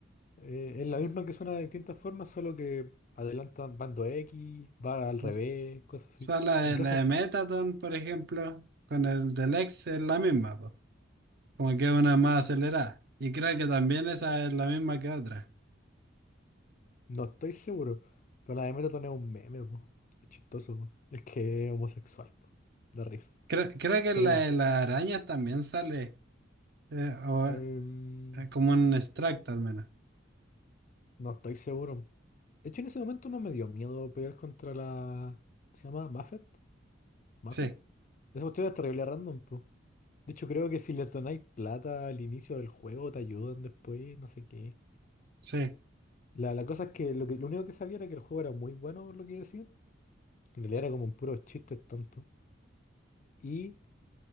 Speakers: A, on the left (about 40°); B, on the right (about 55°).
A: eh, es la misma que suena de distintas formas, solo que adelantan bando X, va al
B: o
A: revés, cosas así.
B: sea, la de,
A: Encajan,
B: la de Metaton, por ejemplo, con el del ex es la misma, pues. Como que una es más acelerada. Y creo que también esa es la misma que otra.
A: no estoy seguro, pero la de Metatron es un meme, po. Es chistoso, po. Es que es homosexual, po. Da risa.
B: Creo, creo que
A: Pero,
B: la de las arañas también sale. eh, o,
A: em,
B: eh, como un extracto al menos.
A: no estoy seguro. De hecho, en ese momento no me dio miedo pelear contra la... ¿Cómo se llama? Muffet? Muffin.
B: Sí,
A: Esa cuestión es terrible random, po. De hecho, creo que si les donáis plata al inicio del juego, te ayudan después, no sé qué.
B: sí,
A: La, la cosa es que lo, que lo único que sabía era que el juego era muy bueno, por lo que decían. En realidad era como un puro chiste tonto. Y